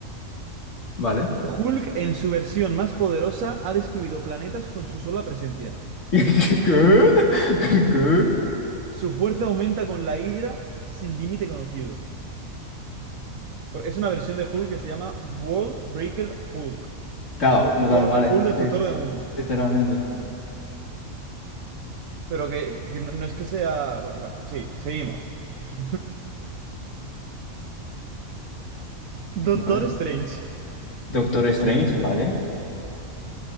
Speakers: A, on the left (about 60°); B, on the right (about 70°).
A: Vale.
B: Hulk en su versión más poderosa ha destruido planetas con su sola presencia.
A: <laughs> ¿Qué? ¿Qué?
B: Su fuerza aumenta con la Hydra sin límite conocido. Por- Es una versión de Hulk que se llama World Breaker Hulk.
A: Claro,
B: Destructor,
A: vale,
B: eh, Hulk, destructor
A: sí,
B: de mundos.
A: literalmente.
B: Pero que, que no, no es que sea. bueno, bueno, sí, seguimos. <laughs> Doctor
A: vale.
B: Strange.
A: Doctor Strange, vale,